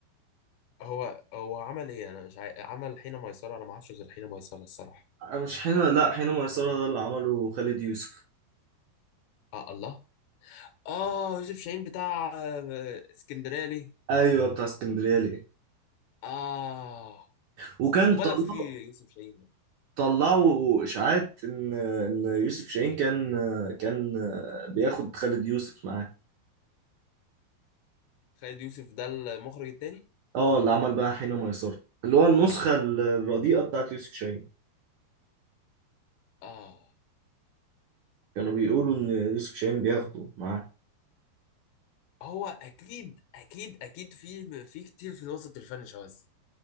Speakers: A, on the left; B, on the right.
A: هو هو عمل ايه انا مش عاي... عمل حين ميسرة انا ما اعرفش غير حين ميسرة الصراحة
B: مش حين لا حين ميسره ده اللي عمله خالد يوسف
A: اه الله اه يوسف شاهين بتاع آه، اسكندرية ليه
B: ايوه بتاع اسكندريه ليه
A: اه
B: وكان
A: مبالغ
B: طلعوا
A: فيه يوسف شاهين ده
B: طلعوا اشاعات ان ان يوسف شاهين كان كان بياخد خالد يوسف معاه
A: خالد يوسف ده المخرج التاني
B: اه اللي عمل بقى حين ميسره اللي هو النسخه الرديئه بتاعت يوسف شاهين
A: اه
B: كانوا بيقولوا ان يوسف شاهين بياخده معاه
A: هو اكيد اكيد اكيد في في كتير في الوسط الفني شواذ